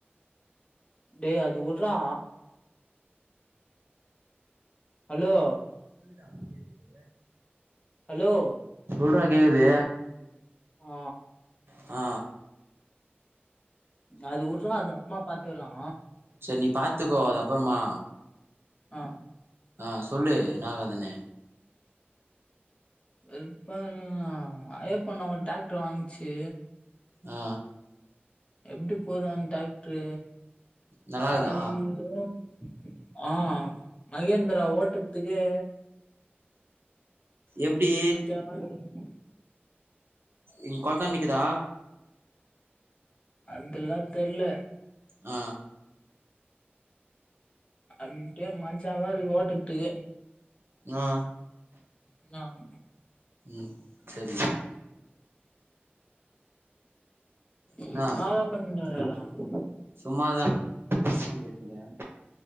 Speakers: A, on the left (about 30°); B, on the right (about 65°).
A: டே அது உட்றா ஹலோ
B: சொல்லுடா கேக்குது
A: ஹலோ
B: சொல்றா கேக்குது
A: ஆ
B: ஆ
A: அது உட்றா அது அப்பமா பத்துக்கலா
B: செரி நீ பாத்துக்கோ அது அப்புறமா
A: ஆ
B: ஆ சொல்லு இன்னா வேலனு
A: வெறுப்பா உ அ அய்ப்பண்ண ஒரு டிராக்ட்ரு வாங்கிச்சு
B: ஆ
A: எப்டி போதா அந்த ட்ராக்ட்ரு
B: நல்லாக்குதா
A: கால்லியோ ஆ மகேந்திரா ஓட்றத்துக்கே
B: எப்டி
A: <unintelligible>
B: இங்க கொள்தான்ட நிக்குதா
A: அதெல்லா தெர்ல
B: ஆ
A: அப்டியே மஜாவா இர்க்கு ஓட்றத்துக்கே
B: ஆ
A: இன்னாங்க
B: ம் செரி
A: ம்
B: என்னா
A: இன்னாதா பண்ணீன்ட்றுக்க அங்க
B: சும்மாதா உன்ட்ட ஃபோன் பேசினுக்கிற